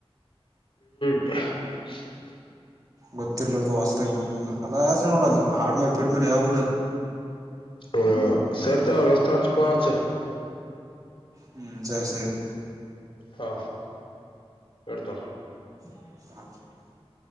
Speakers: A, on the left; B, on the right.
A: <unintelligible>
B: ಗೊತ್ತಿರ್ಲಾರದು ಹೊಸ್ತಾಗ ಬಂದ ಬಂದರ್ಲ್ಲ ಕಲಾಸೆ ನೋಡ ನೀವು ಆಡ್ ಮರಿ ಪಿಡ್ ಮರಿ ಯಾವು ಉಳಿಯಲ್
A: ಹ ಶರ್ದಾವ <unintelligible> ಫೋನ್ ಹಚ್
B: ಹ್ಮ್ ಸರಿ ಸರಿ.
A: ಹಾ ಎಡ್ತಣ.
B: <unintelligible>